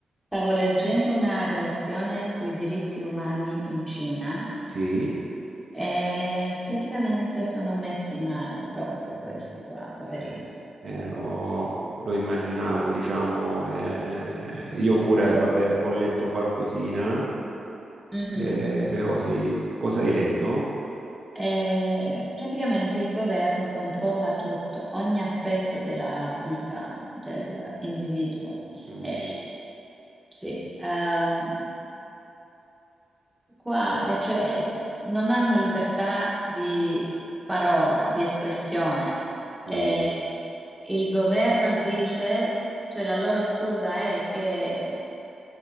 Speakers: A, in the centre; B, on the right.
A: Stavo leggendo una relazione sui diritti umani in Cina
B: Sì,
A: e praticamente sono messi male proprio questi qua, poverini.
B: eh, eh, lo, lo immaginavo, diciamo. eh, io pure, vabbè, ho letto qualcosina,
A: Mhm.
B: eh, però sì. Cosa hai letto?
A: E praticamente il governo controlla tutto, ogni aspetto della vita dell'individuo.
B: Mm,
A: E sì, ehm, qua, eh, cioè, non hanno libertà di parola, di espressione. Eh,
B: mm,
A: il governo dice, cioè la loro scusa è che